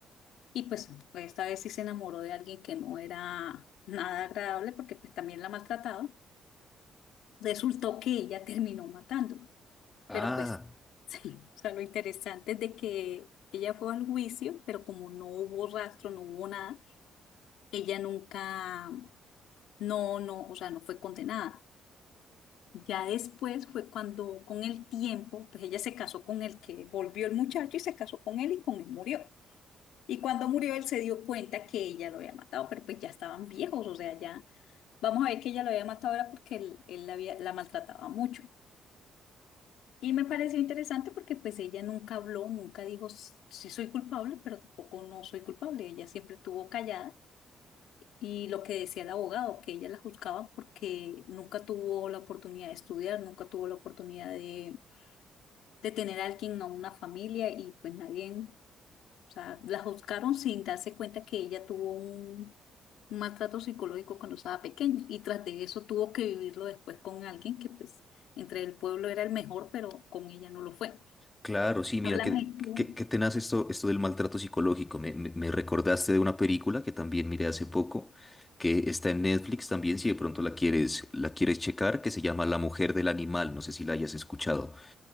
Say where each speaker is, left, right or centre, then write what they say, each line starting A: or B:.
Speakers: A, on the left; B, on the left.
A: Y pues pues, esta vez sí se enamoró de alguien que no era nada agradable, porque pues también la maltrataba. Resultó que ella terminó matando,
B: Ah,
A: pero pues <laughs> sí, o sea, lo interesante es de que ella fue al juicio, pero como no hubo rastro, no hubo nada, ella nunca, no, no, o sea, no fue condenada. Ya después fue cuando con el tiempo, pues ella se casó con el que volvió el muchacho y se casó con él y con él murió. Y cuando murió él se dio cuenta que ella lo había matado, pero pues ya estaban viejos, o sea, ya vamos a ver que ella lo había matado era porque él, él la, había- la maltrataba mucho. Y me pareció interesante porque pues ella nunca habló, nunca dijo, "S- sí soy culpable, pero tampoco no soy culpable. Ella siempre estuvo callada. Y lo que decía el abogado, que ella la juzgaba porque nunca tuvo la oportunidad de estudiar, nunca tuvo la oportunidad de de tener a alguien, a una familia, y pues nadie, o sea, la juzgaron sin darse cuenta que ella tuvo un, un maltrato psicológico cuando estaba pequeña, y tras de eso tuvo que vivirlo después con alguien que pues entre el pueblo era el mejor, pero con ella no lo fue.
B: Claro, sí, mira,
A: Háblame
B: qué,
A: tú.
B: qué, qué tenaz esto, esto del maltrato psicológico. Me, me- me recordaste de una película que también miré hace poco, que está en Netflix también, si de pronto la quieres, la quieres checar, que se llama La mujer del animal. No sé si la hayas escuchado.